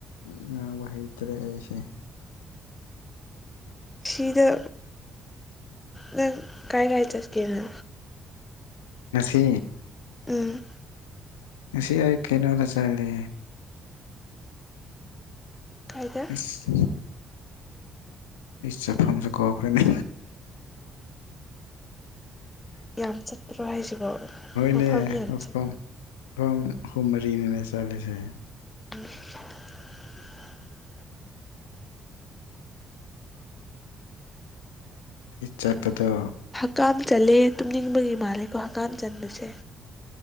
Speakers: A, on the left; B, on the left.
A: ꯉꯥꯡꯕ ꯍꯩꯇ꯭ꯔꯦ ꯑꯩꯁꯦ꯫
B: ꯁꯤꯗ ꯅꯪ ꯀꯥꯏ ꯀꯥꯏ ꯆꯠꯀꯦꯅ꯫
A: ꯉꯁꯤ꯫
B: ꯎꯝ꯫
A: ꯉꯁꯤ ꯑꯩ ꯀꯩꯅꯣꯗ ꯆꯜꯂ꯫
B: ꯀꯥꯏꯗ꯫
A: ꯏꯁ ꯑꯩ ꯆꯥꯐꯝꯁꯨ ꯀꯥꯎꯈ꯭ꯔꯦꯅꯦ꯫
B: ꯌꯥꯝ ꯆꯠꯄ꯭ꯔꯣ ꯍꯥꯏꯁꯤꯕꯣ
A: ꯍꯣꯏꯅꯦ
B: ꯃꯐꯝ ꯌꯥꯝ
A: ꯃꯐꯝ꯫
B: ꯆꯠ
A: ꯃꯐꯝ ꯍꯨꯝ ꯃꯔꯤꯅꯤꯅꯦ ꯆꯠꯂꯤꯁꯦ꯫
B: <unintelligible>
A: ꯏ ꯆꯄꯗꯣ꯫
B: ꯍꯀꯥꯝ ꯆꯜꯂꯦ ꯇꯨꯝꯅꯤꯡꯕꯒꯤ ꯃꯥꯜꯂꯦꯀꯣ ꯍꯛꯀꯥꯝ ꯆꯟꯕꯁꯦ꯫